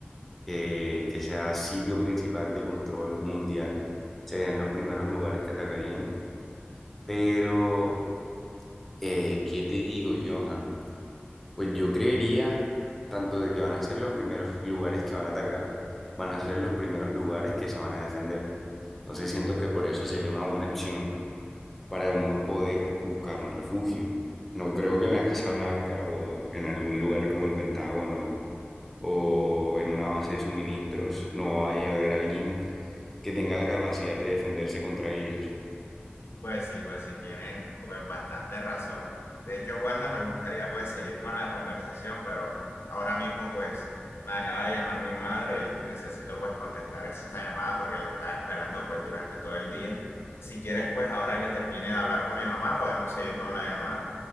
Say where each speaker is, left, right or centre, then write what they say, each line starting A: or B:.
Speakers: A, in the centre; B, on the left.
A: eh, que sea sitio principal de control mundial, serían los primeros lugares que atacarían Pero, eh, ¿qué te digo, Johan? Pues yo creería tanto de que van a ser los primeros lugares que van a atacar, van a ser los primeros lugares que se van a defender. Entonces siento que por eso sería una buena acción para uno poder buscar un refugio. No creo que en la Casa Blanca o en algún lugar como el Pentágono o en una base de suministros no vaya a haber alguien que tenga la capacidad de defenderse contra ellos.
B: Pues sí, pues sí, tienes pues bastante razón. De hecho, Wanda, me gustaría pues seguir con la conversación, pero ahora mismo pues me acaba de llamar mi madre y necesito pues contestar esa llamada porque la estaba esperando pues durante todo el día. Si quieres pues ahora que termine de hablar con mi mamá podemos seguir con la llamada.